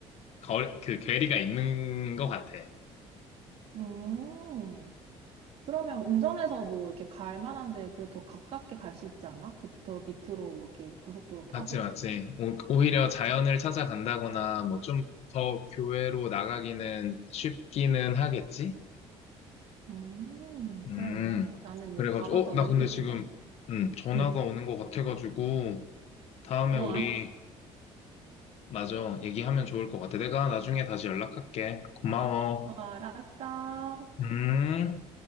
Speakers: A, on the left; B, on the right.
A: 거, 그 괴리가 있는 것 같아.
B: 음, 그러면 운전해서 뭐 이렇게 갈 만한 데 그래도 더 가깝게 갈 수 있지 않아? 그 더 밑으로 뭐 이렇게 고속도로 타고?
A: 맞지, 맞지. 오- 오히려 자연을 찾아간다거나, 뭐, 좀 더 교외로 나가기는 쉽기는 하겠지?
B: 음,
A: 음,
B: 그래, 그래. 나는 뭐
A: 그래가지고,
B: 가봤자
A: 어,
B: 올림픽공원.
A: 나 근데 지금, 음, 전화가
B: 응,
A: 오는 것 같아가지고, 다음에
B: 어,
A: 우리,
B: 알았어.
A: 맞아, 얘기하면 좋을 것 같아. 내가 나중에 다시 연락할게. 고마워.
B: 어, 알았어.
A: 음.